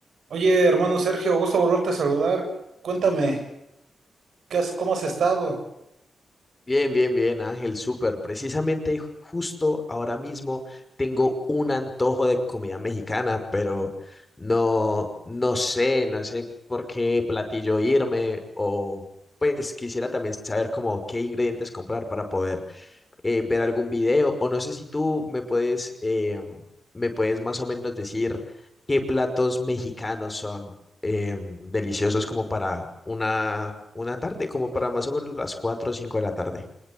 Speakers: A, on the right; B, on the left.
A: Oye, hermano Sergio, gusto volverte a saludar. Cuéntame, ¿qué has, cómo has estado?
B: Bien, bien, bien, Ángel, súper. Precisamente justo ahora mismo tengo un antojo de comida mexicana, pero no, no sé, no sé por qué platillo irme o pues quisiera también saber como qué ingredientes comprar para poder eh, ver algún video o no sé si tú me puedes, eh, me puedes más o menos decir qué platos mexicanos son eh, deliciosos como para una, una tarde, como para más o menos las 4 o 5 de la tarde.